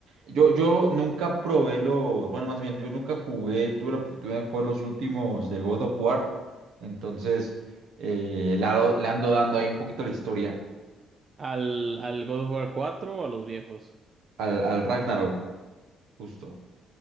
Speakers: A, on the right (about 85°); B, on the right (about 40°).
A: yo, yo nunca probé los, bueno, más bien, yo nunca jugué, tuve la oportunidad de jugar los últimos de God of War, entonces eh, le ando le ando dando ahí un poquito la historia
B: Al, al God of War 4 o a los viejos.
A: al, al Ragnarok, justo.